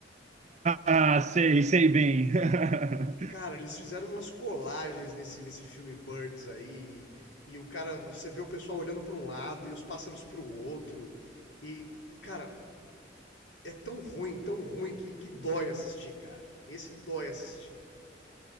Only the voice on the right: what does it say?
ah, sei, sei bem. <laughs>